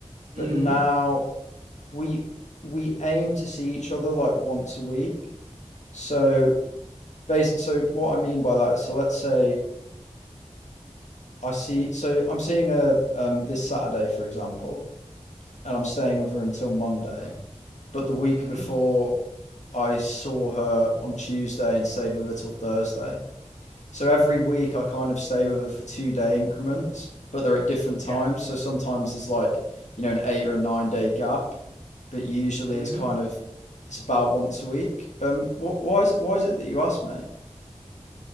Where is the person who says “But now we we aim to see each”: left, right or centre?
Left